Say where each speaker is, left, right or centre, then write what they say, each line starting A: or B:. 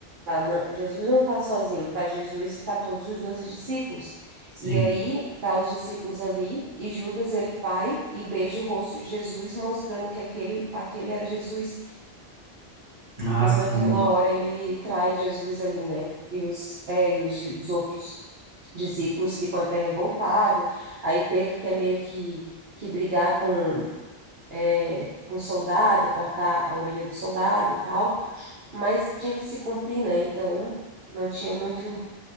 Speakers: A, on the right; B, on the right.
A: lá. Não- Jesus não está sozinho, tá Jesus e tá todos os doze discípulos.
B: Sim.
A: E aí tá os discípulos ali e Judas ele vai e beija o rosto de Jesus, mostrando que aquele aquele era Jesus.
B: Ah,
A: Então
B: sim.
A: naquela hora ele trai Jesus ali, né? E os é, e os, di- os outros discípulos ficam até revoltados. Aí Pedro quer meio que, que brigar com é, com o soldado, cortar a orelha do soldado e tal, mas tinha que se cumprir, né? Então não tinha muito